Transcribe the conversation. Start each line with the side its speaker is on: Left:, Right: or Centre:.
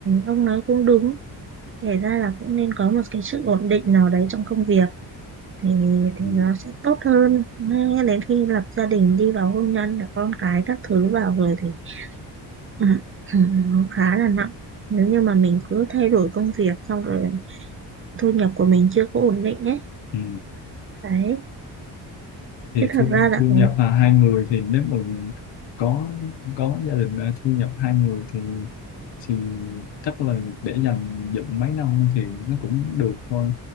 Right: ông nói cũng đúng, kể ra là cũng nên có một cái sự ổn định nào đấy trong công việc. thì thì
Left: ừ.
Right: nó sẽ tốt hơn ngay đến khi lập gia đình đi vào hôn nhân là con cái các thứ vào rồi thì ừ, ừ, nó khá là nặng nếu như mà mình cứ thay đổi công việc xong rồi thu nhập của mình chưa có ổn định ấy
Left: Ừ.
Right: đấy
Left: thì
Right: chứ
Left: thu
Right: thật ra là
Left: thu
Right: ừ,
Left: nhập là hai người thì nếu mà có có gia đình à, thu nhập hai người thì thì chắc là để dành dụm mấy năm thì nó cũng được thôi